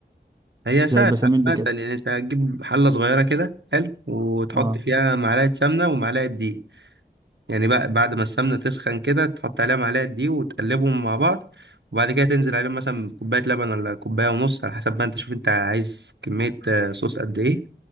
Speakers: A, on the right (about 75°); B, on the right (about 20°).
A: هي سهلة
B: زي البشاميل
A: عامة
B: كده
A: يعني انت هتجيب حلة صغيرة كده حلو وتحط
B: اه
A: فيها معلقة سمنة ومعلقة دقيق يعني بقى بعد ما السمنة تسخن كده تحط عليها معلقة دقيق وتقلبهم مع بعض وبعد كده تنزل عليهم مثلا بكوباية لبن ولا كوباية ونص على حسب بقى انت شوف انت عايز كمية آه، صوص قد ايه